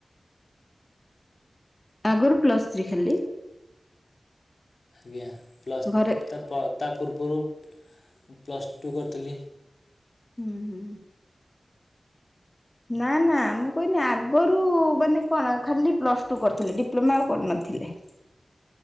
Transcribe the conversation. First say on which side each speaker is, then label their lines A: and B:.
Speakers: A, on the left; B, on the left.
A: ଆଗରୁ ପ୍ଲସ୍ଥ୍ରୀ ଖାଲି।
B: ଆଜ୍ଞା ପ୍ଲସ୍
A: ଘରେ
B: ତା ପ ତା ପୂର୍ବରୁ ପ୍ଲସ୍ଟୁ କରୁଥିଲି।
A: ହୁଁ, ହୁଁ। ନାଁ ନାଁ ମୁଁ କହିନି ଆଗରୁ ମାନେ କଣ ଖାଲି ପ୍ଲସ୍ ତୁ କରିଥିଲେ ଡିପ୍ଲୋମା ଆଉ କରିନଥିଲେ।